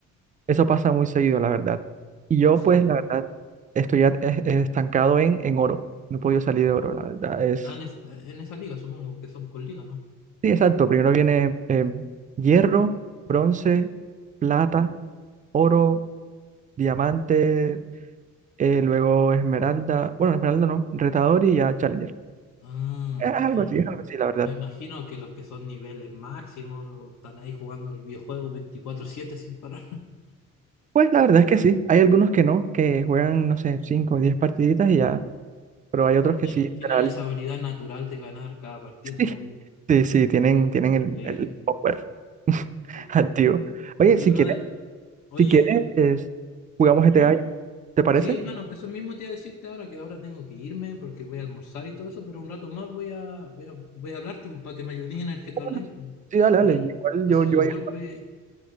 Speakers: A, on the right; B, on the left.
A: Eso pasa muy seguido, la verdad. Y yo,
B: Sí,
A: pues, la verdad, estoy at- es- es estancado en, en oro. No he podido salir de oro, la verdad. Es,
B: Ah, en, es- en esa liga, supongo que son con liga, ¿no?
A: sí, exacto. Primero viene eh, hierro, bronce, plata, oro, diamante. eh, luego Esmeralda, bueno, Esmeralda no, Retador y ya Challenger.
B: Ah,
A: Es algo
B: está bien.
A: así,
B: me
A: es algo así, la verdad.
B: me imagino que los que son niveles máximos lo- están ahí jugando el videojuego 24/7 sin parar. <laughs>
A: Pues la verdad es que sí, hay algunos que no, que juegan, no sé, 5 o 10 partiditas y ya, pero hay otros
B: Tienen,
A: que sí, literal,
B: tienen esa habilidad natural de ganar cada partida,
A: <laughs>
B: supongo.
A: sí, sí, sí, tienen, tienen el,
B: Increíble.
A: el software <laughs>
B: Sí,
A: activo. Oye,
B: Sí,
A: si
B: brother.
A: quieres,
B: Oye,
A: si quieres, es- jugamos
B: ¿mm?
A: GTA, ¿te parece?
B: sí, hermano, eso mismo te iba a decirte ahora que ahora tengo que irme porque voy a almorzar y todo eso, pero un rato más voy a, voy a, voy a hablarte pues, para que me ayudes en el GTA
A: Ah,
B: Online.
A: bueno,
B: pues.
A: Sí, dale,
B: Y
A: dale,
B: ahí
A: igual
B: hacemos
A: yo, yo
B: un
A: ahí-
B: golpe